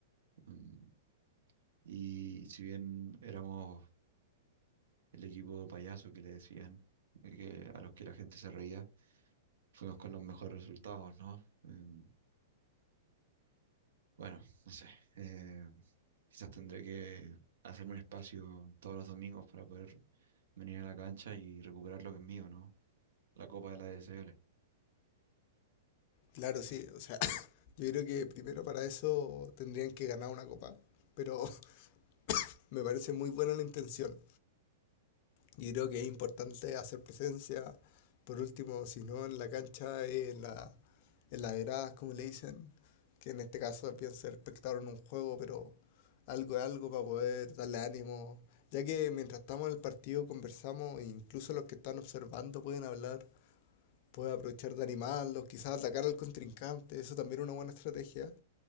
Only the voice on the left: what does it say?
Claro, sí, o sea, <laughs> <coughs> yo creo que primero para eso tendrían que ganar una copa, pero <laughs> me parece muy buena la intención. Yo creo que es importante hacer presencia, por último, si no en la cancha, eh, en la, en las gradas, como le dicen, que en este caso pienso ser espectador en un juego, pero algo de algo para poder darle ánimo, ya que mientras estamos en el partido conversamos, e incluso los que están observando pueden hablar, pueden aprovechar de animarlos, quizás atacar al contrincante, eso también es una buena estrategia.